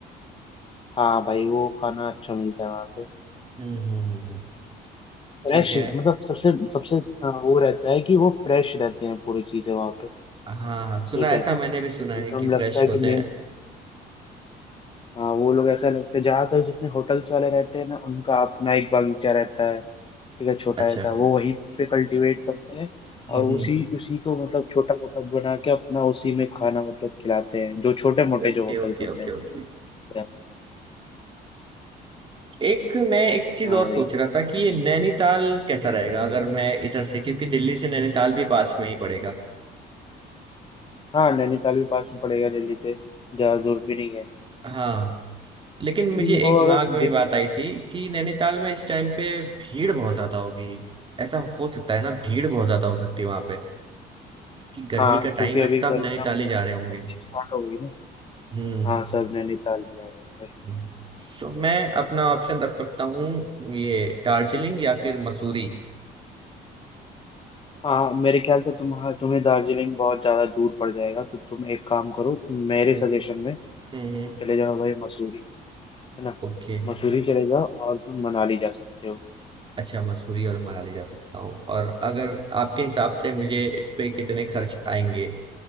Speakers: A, on the left; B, on the right.
A: हाँ भाई वो खाना अच्छा मिलता है वहाँ पे
B: हम्म हम्म हम्म हम्म।
A: फ्रेश
B: ठीक है
A: मतलब सबसे सबसे अ, वो रहता है कि वो फ्रेश रहते हैं पूरी चीजें वहाँ पे
B: हाँ हाँ सुना
A: ठीक
B: है,
A: है
B: ऐसा मैंने भी सुना
A: एकदम
B: है कि फ्रेश
A: लगता है
B: होते
A: कि
B: हैं
A: हाँ वो लोग ऐसा लगता है जहाँ तक जितने होटल्स वाले रहते हैं ना उनका अपना एक बगीचा रहता है ठीक है छोटा
B: अच्छा
A: ऐसा वो वहीं पे कल्टीवेट करते हैं
B: हम्म
A: और उसी उसी को मतलब छोटा मोटा बना के अपना उसी में खाना मतलब खिलाते हैं जो छोटे मोटे
B: Okay
A: जो होटल्स
B: okay
A: होते
B: okay
A: हैं
B: okay
A: देहात में।
B: एक मैं एक चीज
A: हाँ
B: और
A: भाई
B: सोच रहा था कि ये नैनीताल कैसा रहेगा अगर मैं इधर से क्योंकि दिल्ली से नैनीताल भी पास में ही पड़ेगा
A: हाँ नैनीताल भी पास में पड़ेगा दिल्ली से ज्यादा दूर भी नहीं है
B: हाँ लेकिन
A: फिर
B: मुझे
A: भी
B: एक
A: हो
B: दिमाग
A: अगर तो
B: में
A: दिल्ली
B: बात आई थी कि नैनीताल में इस टाइम पे भीड़ बहुत ज्यादा होगी ऐसा हो सकता है ना भीड़ बहुत ज्यादा हो सकती है वहां पे कि गर्मी
A: हाँ
B: का
A: क्योंकि
B: टाइम
A: अभी
B: है सब
A: गर्मियाँ
B: नैनीताल
A: मतलब
B: ही जा रहे होंगे
A: अच्छी स्टार्ट हो गई ना
B: हम्म
A: हाँ सब नैनीताल जा रहे हो
B: हम्म। तो मैं अपना ऑप्शन रख सकता हूँ ये दार्जिलिंग या फिर मसूरी
A: हाँ मेरे ख्याल से तुम्हारा तुम्हें दार्जिलिंग बहुत ज्यादा दूर पड़ जाएगा तो तुम एक काम करो मेरे
B: हम्म
A: सजेशन में
B: हम्म
A: तुम
B: हम्म।
A: चले जाओ भाई मसूरी है ना
B: ओके
A: मसूरी चले जाओ और तुम मनाली जा सकते हो
B: अच्छा मसूरी और मनाली जा सकता हूँ और अगर आपके हिसाब से मुझे इस पे कितने खर्च आएंगे